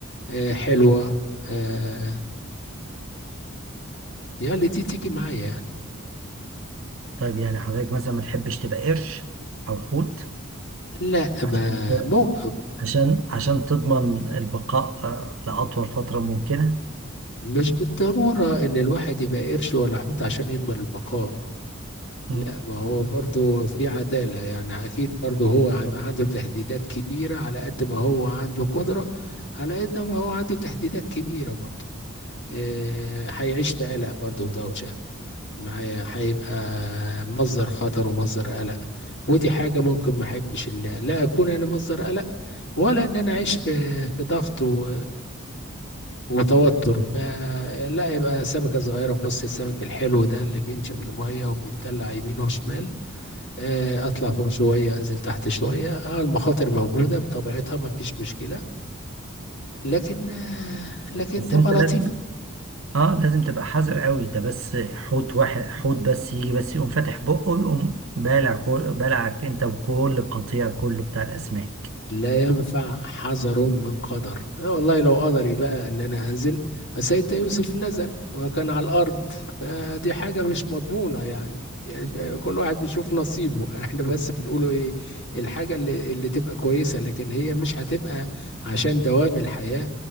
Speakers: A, on the left (about 55°); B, on the right (about 75°).
A: آه، حلوة آه، يعني دي تيجي معايا يعني
B: طيب يعني حضرتك مثلا ما تحبش تبقى قرش او حوت
A: لا ما
B: عشان
A: مو
B: عشان عشان تضمن البقاء آه، لاطول فتره ممكنه
A: مش بالضرورة ان الواحد يبقى قرش ولا حوت عشان يضمن البقاء
B: مم.
A: لا ما هو برضو في عدالة يعني اكيد برضو هو هيبقى عنده تهديدات كبيرة على قد ما هو عنده قدرة على قد ما هو عنده تهديدات كبيرة برضو آه، هيعيش في قلق برضه ودوشة معايا هيبقى مصدر خطر ومصدر قلق ودي حاجة ممكن ما احبش ان لا اكون انا مصدر قلق ولا ان انا اعيش في في ضغط و... وتوتر فلا يبقى سمكة صغيرة في نص السمك الحلو ده اللي بيمشي في المية وبيتدلع يمين وشمال آه، اطلع فوق شوية انزل تحت شوية اه المخاطر موجودة بطبيعتها ما فيش مشكلة لكن آه، لكن
B: بس
A: تبقى
B: انت
A: لطيف
B: لازم اه لازم تبقى حذر قوي ده بس حوت واحد حوت بس يجي بس يقوم فاتح بقه ويقوم بالع كل بالعك انت وكل قطيع كله بتاع الاسماك
A: لا ينفع حذر من قدر أنا والله لو قدري بقى ان انا انزل سيدنا يوسف نزل وكان على الارض فدي حاجة مش مضمونة يعني يعني كل واحد بيشوف نصيبه احنا بس بنقوله ايه الحاجة اللي, اللي تبقى كويسة لكن هي مش هتبقى عشان دوام الحياة